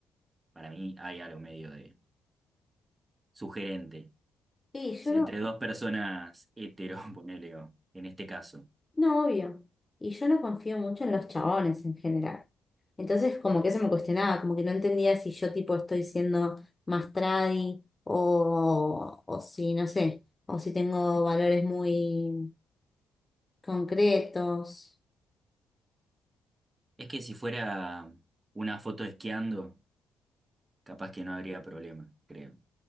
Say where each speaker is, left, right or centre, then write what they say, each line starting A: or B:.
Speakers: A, on the right; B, on the left.
A: para mí hay algo medio de sugerente.
B: Sí,
A: Si
B: yo no,
A: Entre dos personas hetero, <laughs> ponele, o en este caso.
B: no, obvio. Y yo no confío mucho en los chabones en general. Entonces, como que eso me cuestionaba, como que no entendía si yo tipo estoy siendo más tradi o, o si, no sé, o si tengo valores muy concretos.
A: Es que si fuera una foto esquiando, capaz que no habría problema, creo.